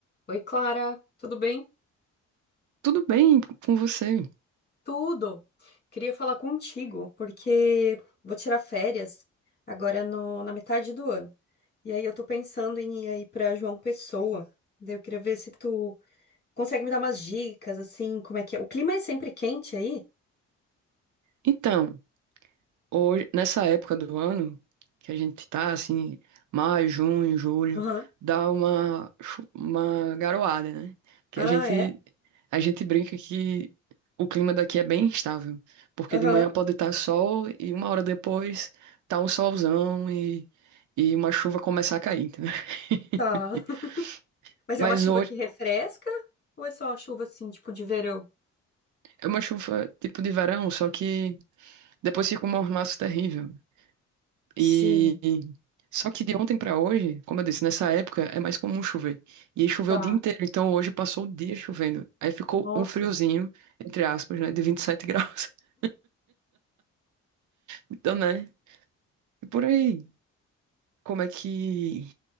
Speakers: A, on the left; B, on the right.
A: Oi, Clara, tudo bem?
B: Tudo bem com você?
A: Tudo. Queria falar contigo porque vou tirar férias agora no- na metade do ano. E aí eu tô pensando em ir aí pra João Pessoa. Daí eu queria ver se tu consegue me dar umas dicas assim, como é que é? O clima é sempre quente aí?
B: Então, hoje, nessa época do ano, que a gente tá assim, maio, junho, julho,
A: Aham.
B: dá uma, chu- uma garoada, né? Que
A: Ah,
B: a gente,
A: é?
B: a gente brinca que o clima daqui é bem instável, porque
A: Aham.
B: de manhã pode estar sol e uma hora depois tá um solzão e, e uma chuva começar a cair, entendeu?
A: Tá.
B: <laughs>
A: <laughs> Mas
B: Mas
A: é uma chuva
B: hoje
A: que refresca ou é só uma chuva assim, tipo de verão?
B: é uma chuva tipo de verão, só que depois fica um mormaço terrível.
A: Sim,
B: E só que de ontem pra hoje, como eu disse, nessa época é mais comum chover. E aí choveu
A: tá.
B: o dia inteiro, então hoje passou o dia chovendo. Aí ficou
A: Nossa.
B: um friozinho, entre aspas, né, de 27 graus. <laughs> Então, né? E por aí, como é que